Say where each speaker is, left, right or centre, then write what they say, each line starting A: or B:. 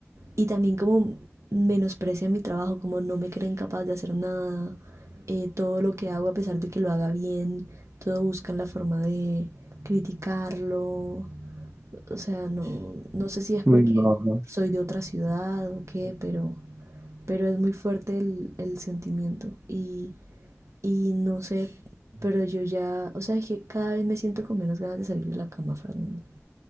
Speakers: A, on the right; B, on the right.
A: y también como menosprecian mi trabajo, como no me creen capaz de hacer nada, eh, todo lo que hago a pesar de que lo haga bien, todo buscan la forma de criticarlo, o sea, no, no sé si es porque
B: Uy, no, no.
A: soy de otra ciudad o qué, pero, pero es muy fuerte el, el sentimiento y, y no sé, pero yo ya, o sea, que cada vez me siento con menos ganas de salir de la cama, Fernando.